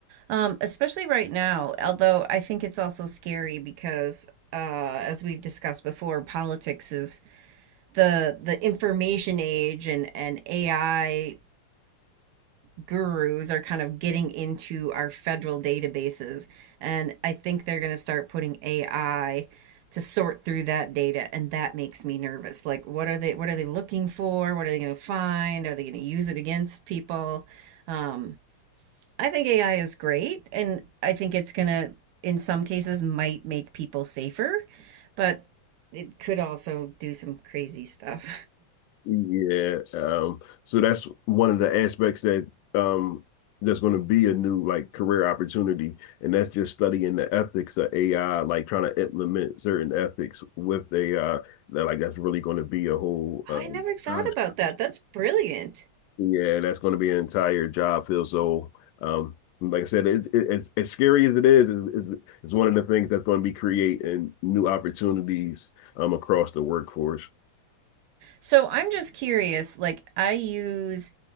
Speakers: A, on the right; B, on the left.
A: Um, especially right now, although I think it's also scary because uh, as we've discussed before, politics is the the information age and and AI gurus are kind of getting into our federal databases and I think they're going to start putting AI to sort through that data and that makes me nervous. Like what are they what are they looking for? What are they going to find? Are they going to use it against people? Um I think AI is great, and I think it's gonna, in some cases, might make people safer, but it could also do some crazy stuff.
B: Yeah, um, so that's one of the aspects that um that's going to be a new like career opportunity, and that's just studying the ethics of AI, like trying to implement certain ethics with AI. That like that's really going to be a whole
A: <laughs> I
B: uh,
A: never thought about that. That's brilliant.
B: Yeah, that's going to be an entire job field. So, um, like I said, it, it, it's as scary as it is, is it's one of the things that's going to be creating new opportunities um across the workforce.
A: So I'm just curious, like I use